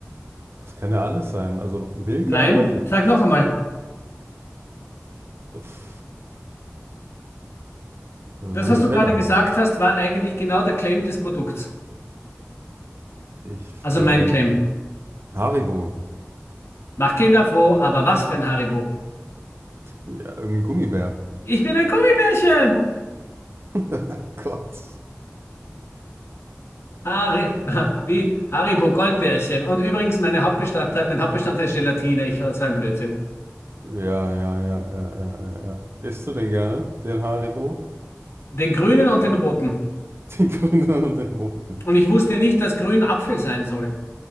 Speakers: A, on the right; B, on the left.
A: Das kann ja alles sein. Also Milka,
B: Nein,
A: weiß ich nicht.
B: sag noch einmal.
A: Pff, also
B: Das,
A: Nutella.
B: was du gerade gesagt hast, war eigentlich genau der Claim des Produkts.
A: Ich,
B: Also
A: ähm,
B: mein Claim.
A: Haribo.
B: Mach Kinder froh, aber was für ein Haribo.
A: Ja, irgendein Gummibär.
B: Ich bin ein Gummibärchen!
A: <laughs> Gott.
B: Harry, <laughs> wie Haribo Goldbärchen. Und übrigens, meine Hauptbestandteil, mein Hauptbestandteil ist Gelatine. Ich war, das war ein Blödsinn.
A: Ja, ja, ja, ja, ja, ja, ja. Isst du den gerne, den Haribo?
B: Den grünen und
A: <laughs>
B: den roten.
A: Den grünen und den roten.
B: Und ich wusste nicht, dass grün Apfel sein soll.